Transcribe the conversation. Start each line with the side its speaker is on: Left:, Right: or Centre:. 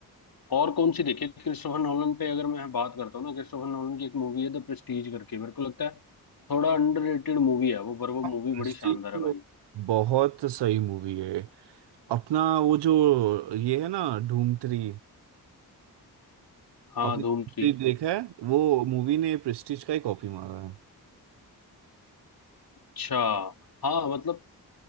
Left: और कौन सी देखी क्रिस्टोफर नोलन पे अगर मैं बात करता हूँ ना क्रिस्टोफर नोलन की एक मूवी है द प्रेस्टीज करके मेरे को लगता है थोड़ा अंडररेटेड मूवी है वो पर वो
Right: हाँ,
Left: मूवी
Right: प्रेस्टीज
Left: बड़ी शानदार है भाई
Right: तो बहुत सही मूवी है अपना वो जो ये है ना धूम थ्री
Left: हाँ
Right: आपने
Left: धूम
Right: प्रेस्टीज
Left: थ्री
Right: देखा है वो मूवी ने प्रेस्टीज का ही कॉपी मारा है
Left: अच्छा हाँ मतलब